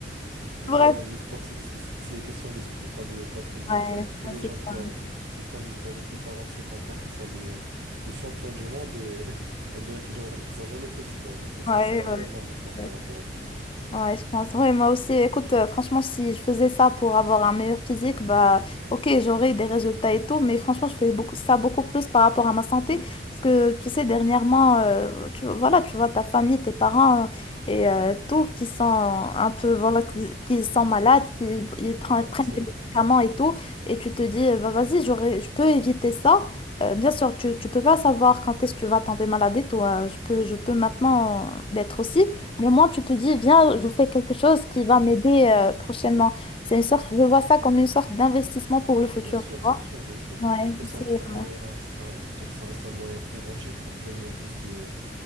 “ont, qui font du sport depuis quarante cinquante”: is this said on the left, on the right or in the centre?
Right